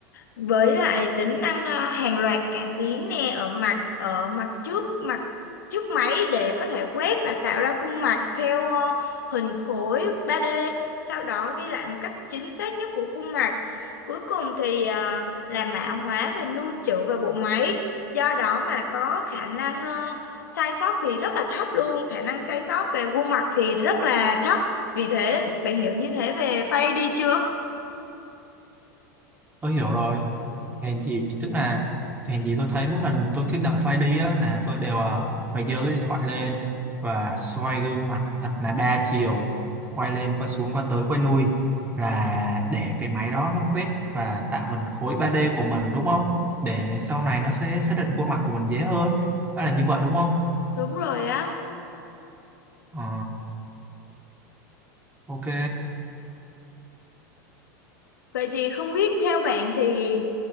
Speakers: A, on the left (about 90°); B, on the right (about 20°).
A: với lại tính năng à, hàng loạt cảm biến nè ở mặt ở mặt trước mặt trước máy để có thể quét và tạo ra khuôn mặt theo ờ, hình khối 3D sau đó ghi lại một cách chính xác nhất của khuôn mặt cuối cùng thì à, là mã hóa và lưu trữ vào bộ máy do đó mà có khả năng ờ, sai sót thì rất là thấp luôn khả năng sai sót về khuôn mặt thì rất là thấp vì thế bạn hiểu như thế về face đi chưa
B: tôi hiểu rồi hèn gì tức là hèn gì tôi thấy mỗi lần tôi thiết lập file đi á là tôi đều à, phải giơ cái điện thoại lên và xoay gương mặt thật là đa chiều quay lên quay xuống quay tới quay lui là để cái máy đó nó quét và tạo hình khối 3D của mình đúng không để sau này nó sẽ xác định khuôn mặt của mình dễ hơn đó là như vậy đúng không
A: đúng rồi á
B: Ờ, ok
A: vậy thì không biết theo bạn thì